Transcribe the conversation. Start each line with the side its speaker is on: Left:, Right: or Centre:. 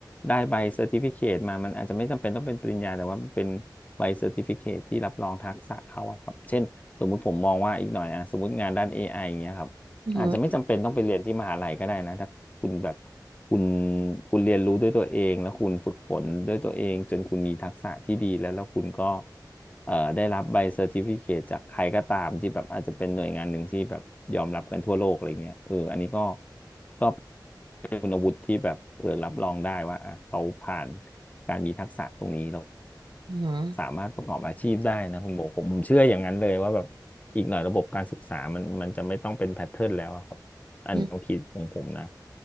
Left: ได้ใบเซอร์ติฟิเคตมามันอาจจะไม่จำเป็นต้องเป็นปริญญาแต่ว่ามันเป็นใบเซอร์ติฟิเคตที่รับรองทักษะเขาอะครับเช่นสมมุติผมมองว่าอีกหน่อยอะสมมติงานด้าน AI อไออย่างเงี้ยครับ
Right: อืม
Left: อาจจะไม่จำเป็นต้องไปเรียนที่มหาลัยก็ได้นะถ้าคุณแบบคุณคุณเรียนรู้ด้วยตัวเองแล้วคุณฝึกฝนด้วยตัวเองจนคุณมีทักษะที่ดีแล้วแล้วคุณก็เอ่อได้รับใบเซอร์ติฟิเคตจากใครก็ตามที่แบบอาจจะเป็นหน่วยงานหนึ่งที่แบบยอมรับกันทั่วโลกอะไรเงี้ยเอออันนี้ก็ก็ คุณวุฒิที่แบบเออรับรองได้ว่าอ่ะเขาผ่านการมีทักษะตรงนี้แล้ว
Right: อหืม
Left: สามารถประกอบอาชีพได้นะคุณโบผมผมเชื่ออย่างนั้นเลยว่าแบบอีกหน่อยระบบการศึกษามันมันจะไม่ต้องเป็นแพทเทิร์นแล้วอะครับอันนี้ความคิดของผมนะ
Right: ออือหืออืม